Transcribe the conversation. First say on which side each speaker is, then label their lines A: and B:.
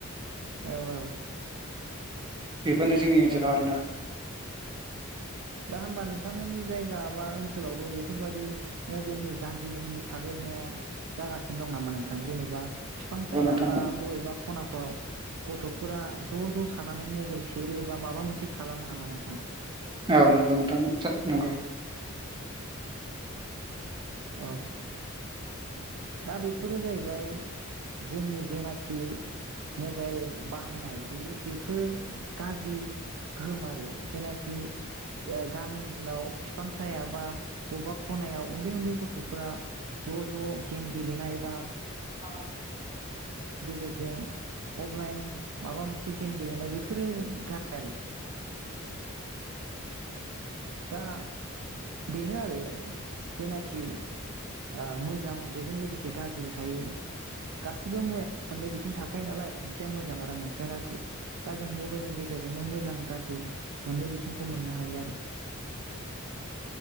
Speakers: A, on the right; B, on the right.
A: औ औ।
B: बेफोरनो जोंनि ओनसोलाव आरोना।
A: दा होमबा नोंथांमोननि जायगा बा ओनसोलावबो बेफोरबादि मबाइलनि गाज्रि गोहोमनि साग्लोबनाया जागासिनो दं नामा नोंथां जेने बा बिफां साया
B: औ नंगौ नोंथां
A: बा बबेबा खनाफोराव गथ'फोरा ज' ज' थानानै मबाइल सेरो बा माबा मोनसे खालामो नामा नोंथां।
B: औ नंगौ नोंथां नंगौ।
A: औ। दा बेफोरो जाहैबाय जोंनि जेनाखि मबाइल बाहायनाय बेयो बेफोर गाज्रि गोहोम आरो जेनाखि गामि ओ ओनसोलाव बिफां साया बा बबेबा खनायाव उन्दै-उन्दै गथ'फोरा ज'-ज' गेम गेलनाय एबा
B: <inaudible>
A: मानसि गेजेरजों अफलाइन माबा मोनसे गेम गेलेनाय बेफोरो गार आरो दा बेनो आरो जेनाखि ओ मोजां बेजों लोगोसे गाज्रिबो थायो गासिबो मुवाया मोननै बिथिं थाखायो नालाय मोनसेया मोजां आरो मोनसेया गाज्रि। दा जों मबाइलनि गेजेरजोंबो मोजां गाज्रि मोननै बिथिंखौ मोननो हायो आरो।